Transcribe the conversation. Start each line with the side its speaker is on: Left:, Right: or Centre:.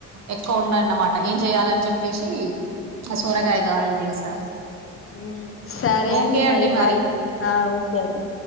Right: ఎక్కువ ఉన్నాన్నమాట ఏం చెయాలని చెప్పేసి ఆ సూరగాయ గారులు చేసాను
Left: ఉమ్ సరే
Right: ఓకే అండి
Left: బాయ్
Right: మరి
Left: ఆ ఓకే అండి